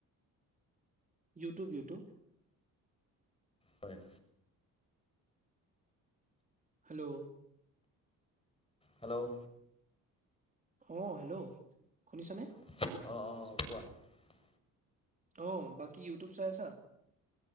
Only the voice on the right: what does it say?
ইউটিউব-ইউটউব,
হেল্ল',
অ', হেল্ল' শুনিছানে?
অ', বাকি ইউটউব চাই আঁ?